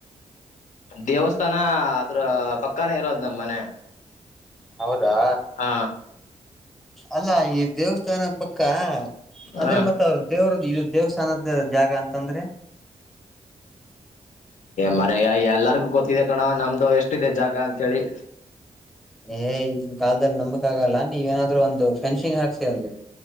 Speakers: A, on the left; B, in the centre.
A: ದೇವಸ್ಥಾನ ಅದ್ರ ಪಕ್ಕಾನೆ ಇರೋದ್ ನಮ್ ಮನೆ
B: ಹೌದಾ
A: ಹ
B: ಅಲ್ಲ ಈ ದೇವಸ್ಥಾನ ಪಕ್ಕ ಅಂದ್ರೆ
A: ಹ
B: ಮತ್ ಅವ್ರ ದೇವ್ರ ಇದು ದೇವಸ್ಥಾನದ ಜಾಗ ಅಂತಂದ್ರೆ
A: ಮರಯಾ ಎಲ್ಲಾರಗು ಗೊತ್ತಿದೆ ಕಣೋ ನಮ್ದು ಎಸ್ಟ್ ಇದೆ ಜಾಗ ಅಂತ ಹೇಳಿ
B: ಏ ಈಗಿನ್ ಕಾಲದಲ್ಲಿ ನಂಬಕ್ ಆಗಲ್ಲ ನೀವ್ ಏನಾದ್ರು ಒಂದು ಫೆನ್ಸಿಂಗ್ ಹಾಕ್ಸಿ ಅಲ್ಲಿ